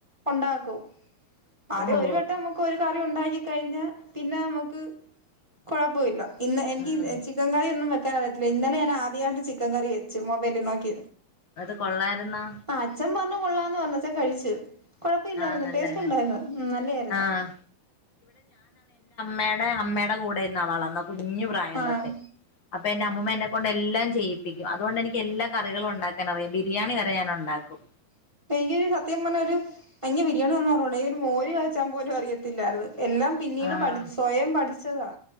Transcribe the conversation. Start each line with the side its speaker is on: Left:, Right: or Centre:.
Right: ഉണ്ടാക്കും ആദ്യം
Left: ഓഹോ
Right: ഒരു വട്ടം നമുക്ക് ഒരു കറി ഉണ്ടാക്കി കഴിഞ്ഞ പിന്നെ നമുക്ക് കുഴപ്പൊല്ല. ഇന്ന് എനിക്ക്
Left: ഉം
Right: ഇ ചിക്കൻ കറി ഇന്നും വെ ൻ വെറ്റില്ല ഇന്നലെ ഞാൻ ആദ്യയിട്ട് ചിക്കൻ കറി വെച്ച് മൊബൈലിൽ നോക്കി
Left: അത് കൊള്ളായിരുന്നോ?
Right: ആ അച്ഛൻ പറഞ്ഞു കൊള്ളാന്ന് പറ്ഞ്ഞച്ചൻ കഴിച്ചു. കൊഴപ്പ ഇല്ലായിര്ന്നു
Left: ആഹ് നല്ലേ
Right: ടേസ്റ്റ് ഉണ്ടായിരുന്നു. നല്ലേ ആ <unintelligible> രുന്നു.
Left: ആഹ് അമ്മടെ അമ്മടെ കൂടെ ഇരുന്നു വളർന്ന കുഞ്ഞു പ്രായം
Right: ആഹ്
Left: തൊട്ടെ അപ്പൊ എന്റെ അമ്മ അമ്മൂമ എന്നെ കൊണ്ട് എല്ലാം ചെയ്യിപ്പിക്കും. അതുകൊണ്ട് എനിക്ക് എല്ലാ കറികളും. അറിയാം ബിരിയാണി വരെ ഞാനുണ്ടാക്കും.
Right: <unintelligible> ഒരു സത്യം പറഞ്ഞാ ഒരു <unintelligible> ബിരിയാണി ഒന്നറിഞ്ഞൂടാ ഈ. ഒരു മോര് കാച്ചാ പോലും അറിയത്തില്ലാര്ന്നു. എല്ലാം പിന്നീട്
Left: ആഹ്
Right: പഠിച്ച് സ്വയം പഠിച്ചതാ.